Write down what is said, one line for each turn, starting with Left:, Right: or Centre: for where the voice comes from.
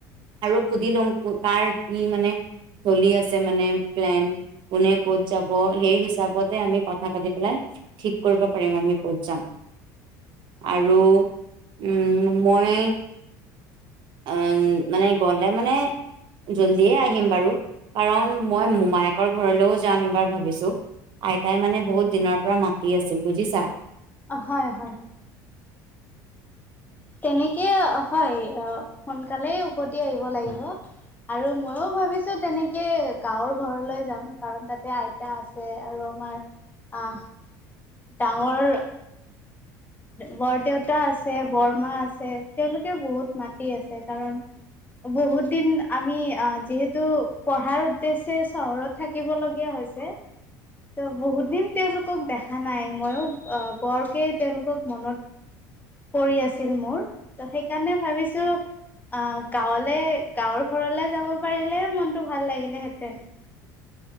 Right: আৰু সুধি লম কাৰ কি মানে চলি আছে মানে প্লেন কোনে ক'ত যাব সেই হিচাপতে আমি কথা পাতি পেলাই ঠিক কৰিব পাৰিম আমি ক'ত যাম আৰু উম মই উম মানে গলে মানে জল্ডিয়ে আহিম বাৰু কাৰণ মই মোমায়েকৰ ঘৰলৈও যাম এবাৰ ভাবিছো আইতাই মানে বহুত দিনৰ পৰা মাতি আছিল বুজিছা
Left: হয় হয় তেনেকে হয় অহ সোনকালেই উভতি আহিব লাগিব আৰু ময়ো ভাবিছো তেনেকে গাঁৱৰ ঘৰলৈ যাম কাৰণ তাতে আইতা আছে আৰু তোমাৰ আ ডাঙৰ বৰদেউতা আছে বৰমা আছে তেওঁলোকে বহুত মাতি আছে কাৰণ বহুত দিন আমি যিহেতু পঢ়াৰ উদ্দেশ্যে চহৰত থাকিব লগীয়া হয় হৈছে ত বহুত দিন তেওঁলোকক দেখা নাই ময়ো আহ বৰকে তেওঁলোকক মনত পৰি আছিল মোৰ ত সেইকাৰণে ভাবিছো আহ গাঁৱলে গাঁৱৰ ঘৰলে যাব পাৰিলে মনটো ভাল লাগিলেহেঁতেন